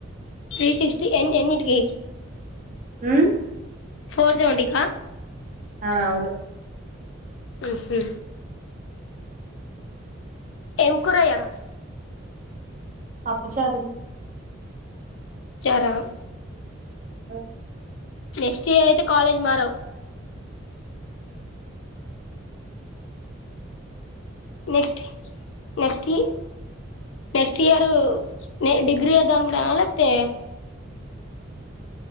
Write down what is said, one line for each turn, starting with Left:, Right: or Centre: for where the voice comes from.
Left: త్రీ సిక్స్టీ ఎన్ ఎన్నిటికికి
Right: ఉమ్
Left: ఫోర్ సెవెంటంటిక
Right: ఆ అవును
Left: ఉహు ఏం కురీయాల
Right: అప్పుచారు
Left: చరా
Right: ఆ
Left: నెక్స్ట్ ఇయర్ అయితే కాలేజ్ మారవు నెక్స్ట్ నెక్స్ట్ ఇ నెక్స్ట్ ఇయరు నే డిగ్రీ చేదామనుకుంటనావ లేకపోతే